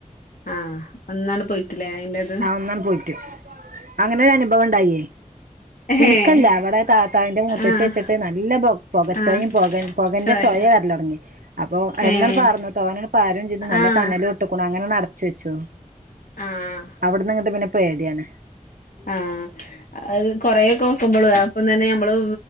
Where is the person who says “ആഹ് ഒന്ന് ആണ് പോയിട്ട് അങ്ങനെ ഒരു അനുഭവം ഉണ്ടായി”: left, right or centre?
Right